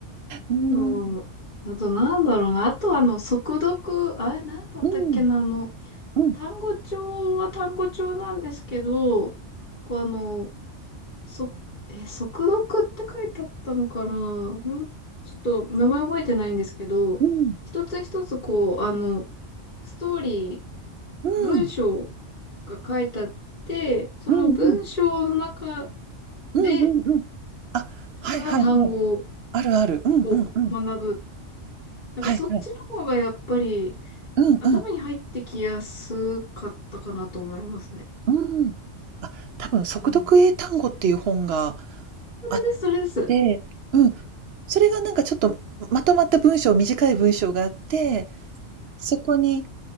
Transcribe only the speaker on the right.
うーん、
うん、
うん、うん、
うん、うん、
うん、
うん、うん、うん、
うん。うんあ、はいはいはい。
あるある。うんうんうん。
はいはい。
うんうん。
うん。あ、多分速読英単語っていう本が
あっ
て、うん。それがなんかちょっとまとまった文章、短い文章があって、そこに